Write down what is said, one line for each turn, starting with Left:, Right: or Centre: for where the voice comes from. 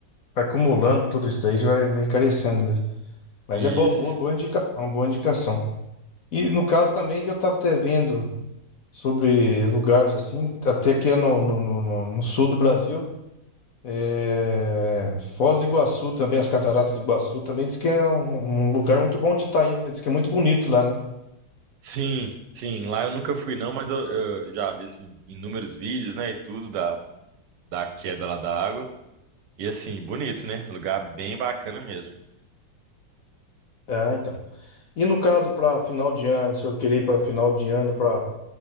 Left: Vai acumulando tudo isso daí, já vai, vai encarecendo mesmo. Mas
Right: Isso.
Left: é boa, boa, boa indicação, boa indicação. E no caso também que eu estava até vendo sobre lugares assim, até que é no, no, no, no no sul do Brasil. É, Foz do Iguaçu também, as Cataratas do Iguaçu também diz que é um, um lugar muito bom de estar indo, né? Diz que é muito bonito lá, né?
Right: Sim, sim, lá eu nunca fui não, mas eu, eu já vi assim inúmeros vídeos, né, e tudo da da queda lá da água. E assim, bonito, né? Lugar bem bacana mesmo.
Left: Ah, então. E no caso para final de ano, se eu querer ir para final de ano para